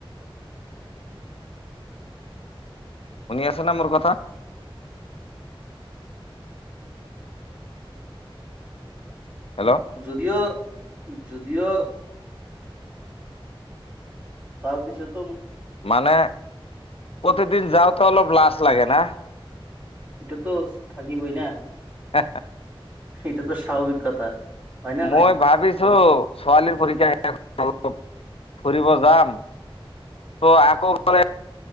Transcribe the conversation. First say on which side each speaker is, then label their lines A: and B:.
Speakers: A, on the left; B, on the right.
A: শুনি আছে না মোৰ কথা হেল্ল'
B: যদিও যদিও তাৰপিছত
A: মানে প্ৰতিদিন যাওঁতে অলপ লাজ লাগে না।
B: এটোতো থাকিবই ন
A: হ
B: সেইটোতো স্বাভাৱিক কথা হয় না
A: মই
B: নাই
A: ভাবিছো ছোৱালীৰ পৰীক্ষা শেষ- অলপ ফুৰিব যাম। ত' আকৌ গ'লে